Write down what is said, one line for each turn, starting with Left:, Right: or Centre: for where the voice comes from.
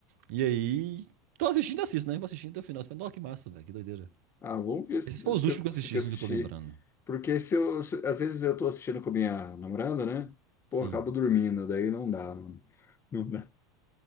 Right: E aí. Tô assistindo e assisto, né? Vou assistindo até o final. Você fala, Nossa, que massa, velho. Que doideira.
Left: Ah, vamos ver se,
Right: Esses foram
Left: se
Right: os últimos
Left: eu
Right: que
Left: consigo
Right: eu assisti, assim,
Left: assistir.
Right: que eu tô lembrando.
Left: Porque se eu, se- às vezes eu tô assistindo com a minha namorada, né? Pô,
Right: Sim.
Left: acabo dormindo, daí não dá, mano. Não dá.